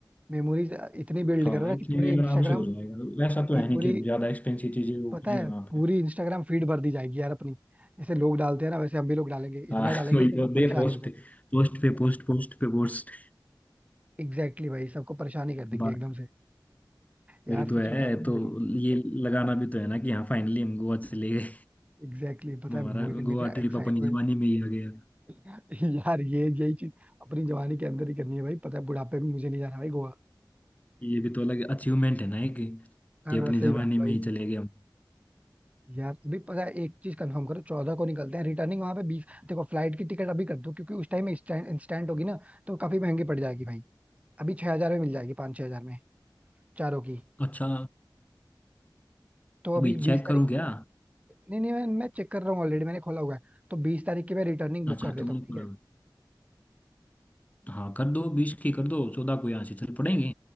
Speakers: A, on the right; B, on the left.
A: मेमोरीज इतनी बिल्ड
B: हाँ
A: करो ना
B: इतने
A: कि पूरे
B: में
A: इंस्टाग्राम
B: आराम से हो जाएगा वैसा तो है नहीं
A: पूरी
B: कि हम ज्यादा एक्सपेंसिव चीजें वो
A: पता
B: करेंगे
A: है
B: वहाँ
A: पूरी
B: पे
A: इंस्टाग्राम फीड भर दी जाएगी यार अपनी जैसे लोग डालते हैं ना वैसे हम भी लोग डालेंगे इतना
B: हाँ <laughs>
A: डालेंगे
B: वही
A: कि
B: तो
A: सब
B: दे
A: परेशानी
B: पोस्ट
A: हो जाए
B: पोस्ट पे पोस्ट पोस्ट पे पोस्ट
A: एग्जैक्टली exactly भाई सबको परेशानी कर
B: बात
A: देंगे एकदम से यार
B: वही तो
A: सच
B: है
A: बता रहा हूँ
B: तो
A: मेरी
B: ये लगाना भी तो है ना कि हाँ फाइनली हम गोवा चले गए
A: एग्जैक्टली exactly, पता
B: हमारा
A: है मुझे
B: गोवा
A: मेरा
B: ट्रिप
A: एक्साइटमेंट
B: अपनी जवानी में ही आ गया
A: <laughs> यार ये यही चीज अपनी जवानी के अंदर ही करनी है भाई पता है बुढ़ापे में मुझे नहीं जाना भाई गोवा
B: ये भी तो अलग अचीवमेंट है ना एक
A: हाँ
B: कि अपनी
A: हाँ, सही
B: जवानी
A: बात है
B: में
A: भाई
B: ही चले गए हम
A: यार अभी पता है एक चीज कंफर्म करो चौदह को निकलते हैं रिटर्निंग वहां पे बीस देखो फ्लाइट की टिकट अभी कर दो क्योंकि उस टाइम में इंस्टेंट होगी ना तो काफी महंगी पड़ जाएगी भाई अभी छह हजार में मिल जाएगी पाँच छह हजार में चारों की
B: अच्छा
A: तो अभी
B: अभी चेक
A: बीस
B: करूँ क्या
A: नहीं नहीं मैं मैं चेक कर रहा हूँ ऑलरेडी मैंने खोला हुआ है तो बीस तारीख की मैं रिटर्निंग बुक
B: अच्छा
A: कर देता
B: तुमने
A: हूँ ठीक
B: बोला
A: है
B: हाँ कर दो बीस की कर दो चौदह को यहाँ से चल पड़ेंगे